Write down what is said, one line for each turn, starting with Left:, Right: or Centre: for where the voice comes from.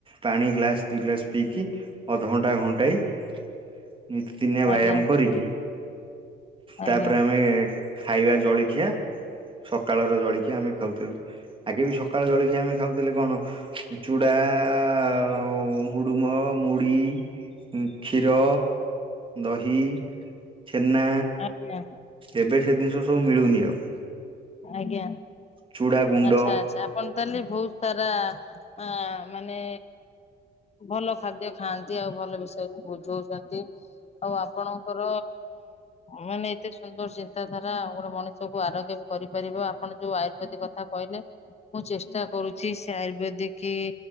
Right: ପାଣି ଗ୍ଲାସ ଦୁଇ ଗ୍ଲାସ ପିଇକି ଅଧଘଣ୍ଟା ଘଣ୍ଟାଏ। ନିତି ଦିନିଆ ବ୍ୟାୟାମ
Left: ଆଜ୍ଞା
Right: କରିକି। ତାପରେ
Left: ଆଜ୍ଞା
Right: ଆମେ ଖାଇବା ଜଳଖିଆ ସକାଳର ଜଳଖିଆ ଆମେ। ଖାଉଥିଲୁ। ଆଗେ ବି ସକାଳ ଜଳଖିଆ ଆମେ ଖାଉଥିଲେ କଣ ଚୁଡ଼ା ଆଉ। ହୁଡ଼ୁମ ମୁଢ଼ି କ୍ଷୀର ଦହି। ଛେନା।
Left: ଆଜ୍ଞା।
Right: ଏବେ ସେ ଜିନିଷ ସବୁ ମିଳୁନି ଆଉ।
Left: ଆଜ୍ଞା
Right: ଚୁଡ଼ା ଗୁଣ୍ଡ
Left: ଆଛା ଆଚ୍ଛା। କଣ ତା ଲି ବହୁତ ସାରା ଆ ମାନେ। ଭଲ ଖାଦ୍ୟ ଖାଆନ୍ତି ଆଉ ଭଲ ବିଷୟରେ ବୁଝଉଛନ୍ତି ଆଉ ଆପଣ। ଙ୍କର ମାନେ ଏତେ ସୁନ୍ଦର ଚିନ୍ତାଧାରା ଗୋଟେ ମଣିଷକୁୁ ଆରୋଗ୍ୟ। କରିପାରିବ ଆପଣ ଯୋଉ ଆୟୁର୍ବେଦିକ କଥା କହିଲେ। ମୁଁ ଚେଷ୍ଟା କରୁଛି ସେ ଆୟୁର୍ବେଦିକ